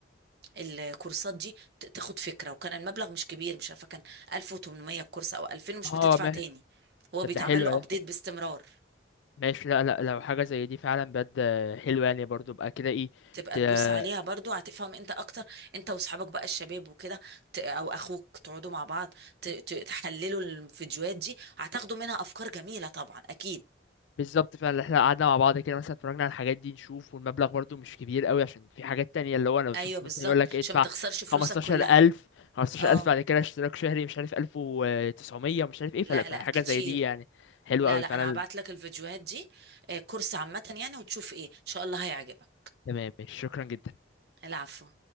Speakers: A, on the right; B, on the left.
A: الكورسات دي ت- تاخد فكرة وكان المبلغ مش كبير مش عارفة كان 1800 الكورس او 2000 مش
B: اه
A: بتدفع
B: ما
A: تاني هو
B: طب
A: بيتعمل
B: ده حلو
A: له ابديت باستمرار
B: ماشي لا لا لو حاجة زي دي فعلا بجد حلوة يعني برضو ابقى كده ايه
A: تبقى
B: ت-
A: تبص عليها برضو هتفهم انت اكتر انت واصحابك بقى الشباب وكده ت- او اخوك تقعدوا مع بعض ت- ت- تحللوا الفيديوهات دي هتاخدوا منها افكار جميلة طبعا اكيد
B: بالظبط فعلا احنا قعدنا مع بعض كده مثلا اتفرجنا على الحاجات دي نشوف والمبلغ برضو مش كبير قوي عشان في حاجات تانية اللي هو انا شفت
A: ايوه بالظبط
B: مثلا يقول لك ادفع
A: عشان ما تخسرش فلوسك
B: 15000
A: كلها
B: 15000
A: اه
B: بعد كده اشتراك شهري مش عارف 1900 ومش عارف ايه فلا
A: لا
B: فحاجة
A: لا كتير
B: زي دي يعني حلوة
A: لا
B: قوي
A: لا
B: فعلا
A: انا هبعت لك الفيديوهات دي آه، كورس عامة يعني وتشوف ايه ان شاء الله هيعجبك
B: تمام ماشي، شكرا جدا
A: العفو